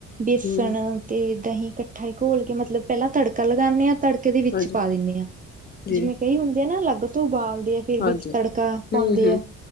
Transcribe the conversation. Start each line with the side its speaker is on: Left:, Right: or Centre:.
Right: ਬੇਸਣ
Left: ਹਮ
Right: ਤੇ ਦਾਂਹੀ ਇਕੱਠਾ ਘੋਲ ਕੇ ਮਤਲਬ ਪਹਿਲਾਂ ਤੜਕਾ ਲਗਾਉਂਦੇ ਹਾਂ ਤੜਕਾ ਦੇ ਵਿੱਚ
Left: ਹਾਂਜੀ
Right: ਪਾ ਦਿੰਦੇ ਹਾਂ
Left: ਜੀ
Right: ਜਿਵੇਂ ਕਈ ਹੁੰਦੇ ਆ ਨਾ ਅੱਗ ਤੋਂ ਉਬਾਲਦੇ ਆ ਨਾ। ਫਿਰ
Left: ਹਾਂਜੀ
Right: ਵਿੱਚ ਤੜਕਾ ਪਾਉਂਦੇ
Left: ਹੂੰ ਹੂੰ
Right: ਆ